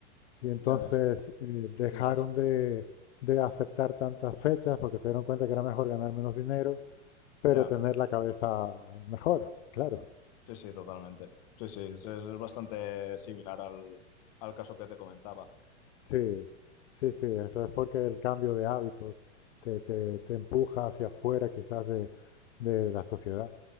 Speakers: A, on the left (about 70°); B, on the left (about 50°).
A: Y entonces
B: ya ves,
A: eh, dejaron
B: súper interesante.
A: de, de aceptar tantas fechas porque se dieron cuenta que era mejor ganar menos dinero, pero
B: Ya.
A: tener la cabeza mejor, claro.
B: Sí, sí, totalmente. Sí, sí, es, es bastante similar al, al caso que te comentaba.
A: Sí, sí, sí, eso es porque el cambio de hábitos te, te, te empuja hacia afuera quizás de, de la sociedad.